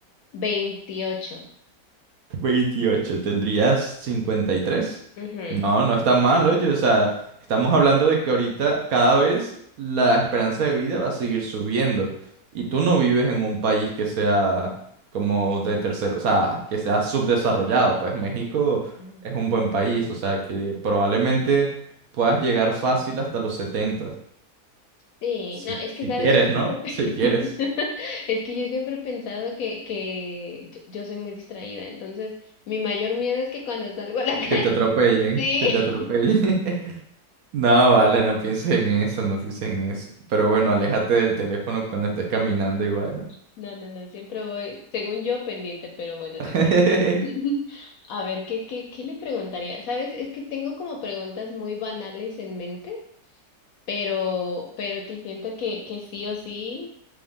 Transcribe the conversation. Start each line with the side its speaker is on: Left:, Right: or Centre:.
Left: Veintiocho.
Right: 28 tendrías cincuenta y tres
Left: Ujú.
Right: No, no está mal, oye, o sea, estamos hablando de que ahorita cada vez la esperanza de vida va a seguir subiendo y tú no vives en un país que sea como de tercer, o sea, que sea subdesarrollado, pues México
Left: No.
Right: es un buen país, o sea, que probablemente puedas llegar fácil hasta los 70
Left: Sí,
Right: si,
Left: no, es
Right: si
Left: que sabes,
Right: quieres,
Left: yo siempre
Right: ¿no?
Left: pe-
Right: Si quieres,
Left: <laughs> es que yo siempre he pensado que, que yo yo soy muy distraída, entonces mi mayor miedo es que cuando salgo a la <laughs> calle,
Right: que te atropellen,
Left: sí,
Right: que te atropellen. <laughs> No, vale, no pienses en eso, no pienses en eso. Pero bueno, aléjate del teléfono cuando estés caminando igual.
Left: <laughs> no, no, no, siempre voy, según yo, pendiente, pero bueno, ni
Right: <laughs>
Left: por... <laughs> A ver, ¿qué, qué, qué le preguntaría? Sabes, es que tengo como preguntas muy banales en mente, pero, pero que siento que, que sí o sí